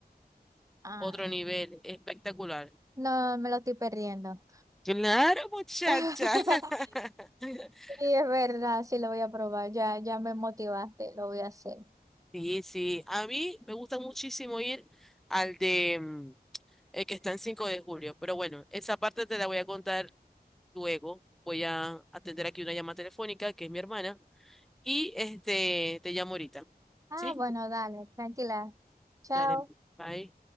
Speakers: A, on the right; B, in the centre.
A: Ah,
B: Otro nivel, espectacular.
A: no, me lo estoy perdiendo.
B: Claro, muchacha.
A: <laughs>
B: <laughs>
A: Sí, es verdad, sí lo voy a probar. Ya, ya me motivaste, lo voy a hacer.
B: Sí, sí. A mí me gusta muchísimo ir al de mm, el que está en 5 de julio. Pero bueno, esa parte te la voy a contar luego. Voy a atender aquí una llamada telefónica, que es mi hermana. Y este te llamo ahorita.
A: Ah,
B: ¿Sí?
A: bueno, dale, tranquila. Chao.
B: Dale. Bye.